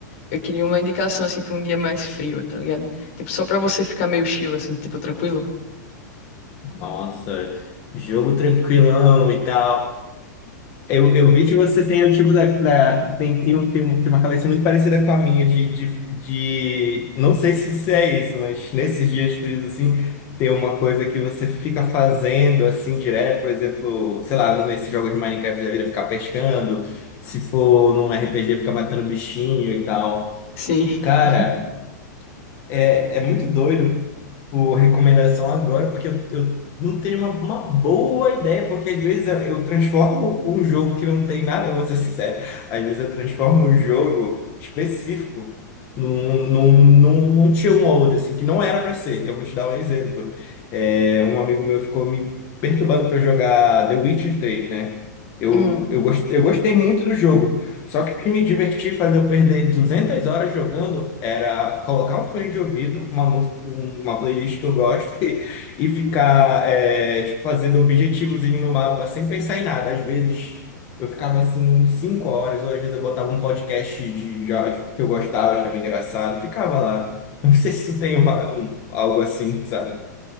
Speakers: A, on the left; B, on the left.
A: Eu queria uma indicação, assim, pra um dia mais frio, tá ligado? Tipo, só pra você ficar meio chill, assim, tipo, tranquilo.
B: Nossa, jogo tranquilão e tal. Eu, eu vi que você tem o tipo da, da- tem, tem, um- tem, um- tem uma cabeça muito parecida com a minha de, de, de- não sei se, se é isso, mas nesses dias frios assim, tem uma coisa que você fica fazendo assim direto, por exemplo, sei lá, nesses jogos de Minecraft da vida ficar pescando, se for num RPG ficar matando bichinho e tal.
A: Sim. <laughs>
B: Cara, É, é muito doido por recomendação agora, porque eu, eu não tenho uma, uma boa ideia, porque às vezes eu, eu transformo um jogo que não tem nada, eu vou ser sincero. Às vezes eu transformo um jogo específico num, num, num, num tier 1 ou outro, assim, que não era pra ser. Eu vou te dar um exemplo. É, um amigo meu ficou me perturbando pra eu jogar The Witcher três, né? Eu,
A: Hum,
B: eu, gost, eu gostei muito do jogo. Só que o que me divertia fazer eu perder 200 horas jogando era colocar um fone de ouvido, uma música, uma playlist que eu gosto <laughs> e, e ficar é, tipo, fazendo objetivozinho no mapa sem pensar em nada. Às vezes eu ficava assim 5 horas, ou às vezes eu botava um podcast de, de áudio que eu gostava, achava engraçado, ficava lá. <laughs> Não sei se tu tem uma- um- algo assim, sabe?